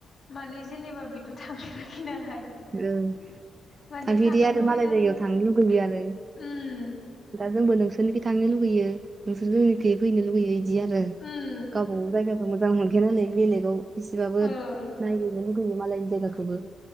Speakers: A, on the left; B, on the right.
A: माने जेनेबा बेथ' थांफेराखै नालाय
B: ओं
A: माने
B: थाफेरैआरो
A: थांनो लुबैदों
B: मालाय जायगायाव थांनो लुगैयो आरो।
A: उम
B: दा जोंबो नोंसोरनिखि थांनो लुगैयो नोंसोर जोंनिखि फैनो लुगैयो बिदि आरो
A: उम
B: गाव औ जायगाखौ मोजां मोनखाया नालाय बेलेगाव एसेबाबो
A: ओं
B: नायहैनो लुगैयो मालायनि जायगाखौबो